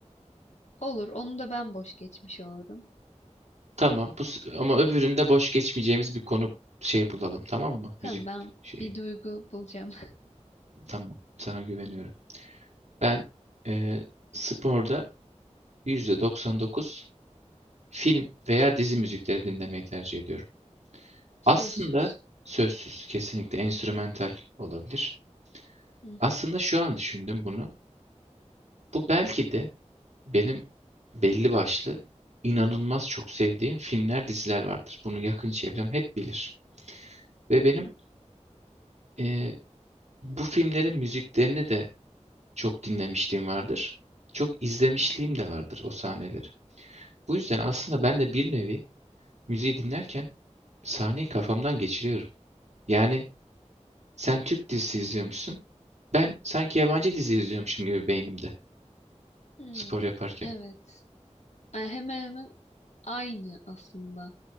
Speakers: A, on the left; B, on the right.
A: Olur. Onu da ben boş geçmiş olurum.
B: Tamam bu s- ama öbüründe boş geçmeyeceğimiz bir konu şey bulalım tamam mı?
A: Tamam
B: Müzik
A: ben
B: şeyi.
A: bir duygu bulacağım.
B: Tamam. Sana güveniyorum. Ben eee, sporda %99 film veya dizi müzikleri dinlemeyi tercih ediyorum.
A: <laughs> Sözsüz.
B: Aslında sözsüz, kesinlikle enstrümantal olabilir.
A: Hı
B: Aslında
A: hı.
B: şu an düşündüm bunu. Bu belki de benim belli başlı inanılmaz çok sevdiğim filmler, diziler vardır. Bunu yakın çevrem hep bilir. Ve benim eee, bu filmlerin müziklerini de çok dinlemişliğim vardır. Çok izlemişliğim de vardır o sahneleri. Bu yüzden aslında ben de bir nevi müziği dinlerken sahneyi kafamdan geçiriyorum. Yani sen Türk dizisi izliyormuşsun. Ben sanki yabancı dizi izliyormuşum gibi beynimde
A: Hmm,
B: spor yaparken.
A: evet. E, hemen hemen aynı aslında.